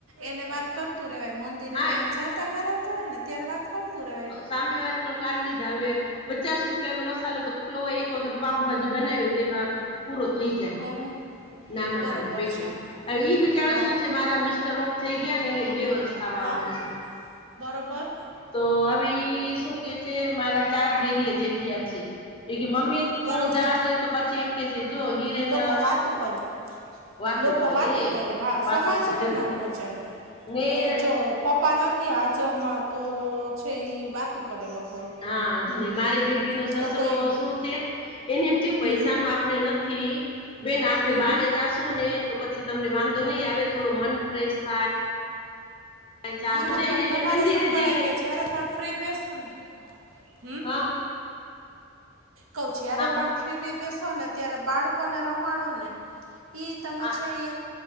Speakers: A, on the right; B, on the left.
A: એને વાત કરતું રેવાય મંદિરેને
B: હા
A: એમ છતા કરાવતા હોય ને ત્યારે વાત કરતું રેવા
B: સામે વારી પણ કા લીધ આવે પચાસ રૂપ ન મસાલો તો કેટલોય એક વખત પાઉભાજી બનાવી તેમાં પૂરો થઈ જાય
A: હં હં
B: નાના
A: બરોબર
B: નાના પેકિંગ
A: છે
B: ઈ બિચારો
A: હા
B: શું છે મારા મિસ્ટર ઓ થઈ ગયા ને એને બે વર્ષ થવા
A: હા
B: આવી છે
A: બરોબર
B: તો હવે ઈ શું કે છે મારા ચાર ડેરી જેઠિયા છે એ મમ્મી
A: બરોબર
B: તું જાન ને તો પછી એમ કહેશે જો હિરેન
A: લોકો વાતું કરે
B: વાતું
A: લોકો વાતું કરે હા
B: વાતું
A: સમાજને
B: કરે
A: નો પોહોંચાય
B: ને
A: કે જો પપ્પા નથી હાજરમાં તો છે ઈ કરે લોકો
B: હા
A: હમ
B: ને
A: હમ
B: મારી બેબી
A: હમ
B: નો સસરો
A: તો કોઈ
B: શું છે એને એમ થયું
A: હમ
B: પૈસા
A: હમ
B: ન આપને નથી બેન આપણે
A: હમ
B: બાર
A: હમ
B: હજાર જાસુ ને તો પછી તમને વાંધો નહી આવે થોડો મન ફ્રેશ થાય ચાર
A: ના ના
B: જઈ
A: પણ
B: જઈને
A: તમારે
B: મંદિરે
A: શું કરાય
B: જઈને
A: કે જયારે પણ ફ્રી બેસો ને હમ્મ
B: હા
A: કહ જ્યારે
B: હા બો
A: પણ ફ્રી બેસો ને ત્યારે બાળકોને રમાડો ને ઈ તમે
B: આ
A: છે એ એક